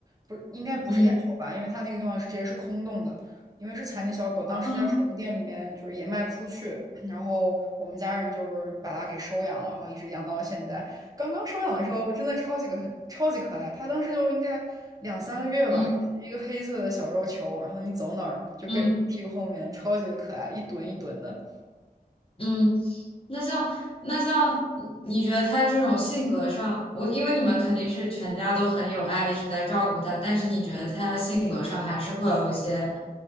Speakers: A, on the right; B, on the left.
A: 不是，应该不是眼球吧？
B: 嗯
A: 因为它那个地方是直接是空洞的，因为是残疾小狗，当时在宠物店里面就是也卖不出去，
B: 嗯
A: <clears throat> 然后我们家人就是把它给收养了，然后一直养到了现在。刚刚收养的时候真的超级可超级可爱，它当时就应该两三个月吧，
B: 嗯
A: 一个黑色的小肉球，然后你走哪儿就跟着屁股后面，
B: 嗯。
A: 超级可爱，一蹲一蹲的。
B: 嗯那像那像你觉得他这种性格上，我因为你们肯定是全家都很有爱，一直在照顾他，但是你觉得他性格上还是会有一些